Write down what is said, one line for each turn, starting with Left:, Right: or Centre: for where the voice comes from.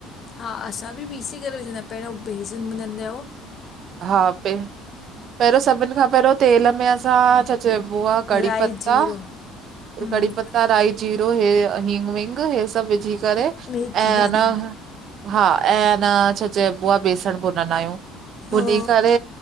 Left: हा असां बि पीसे करे विझंदायूं पहिरियों बेसन बुनंदायो
Right: हा पे पहिरियों सभिनि खां पहिरियों तेल में असां छा चइबो आहे कड़ी
Left: राई
Right: पत्ता
Left: जीरो हम्म
Right: कड़ी पता राई जीरो हे हींग विंग हे सभु विझी करे
Left: मेथी
Right: ऐंन
Left: दाना
Right: हा ऐं अन छा चइबो आहे बेसण भुनंदा आहियूं
Left: हा
Right: बुञी करे